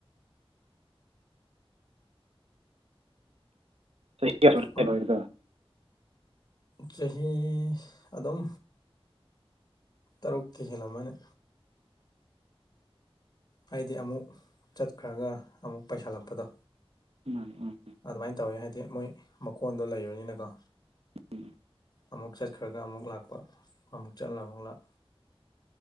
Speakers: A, on the right; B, on the left.
A: ꯆꯍꯤ <unintelligible>
B: ꯍꯣꯏ ꯆꯍꯤ ꯑꯗꯨꯝ ꯇꯔꯨꯛꯀꯤ ꯍꯦꯜꯂꯝꯃꯅꯤ ꯍꯥꯏꯗꯤ ꯑꯃꯨꯛ ꯆꯠꯈ꯭ꯔꯒ ꯑꯃꯨꯛ ꯄꯩꯁꯜꯂꯛꯄꯗꯣ
A: ꯎꯝ ꯎꯝ
B: ꯑꯗꯨꯃꯥꯏꯅ ꯇꯧꯋꯤ ꯍꯥꯏꯗꯤ ꯃꯣꯏ ꯃꯀꯣꯟꯗꯣ ꯂꯩꯕꯅꯤꯅꯀꯣ
A: <inaudible>
B: ꯑꯃꯨꯛ ꯆꯠꯈ꯭ꯔꯒ ꯑꯃꯨꯛ ꯂꯥꯛꯄ ꯑꯃꯨꯛ ꯆꯠꯂ ꯑꯃꯨꯛ ꯂꯥꯛ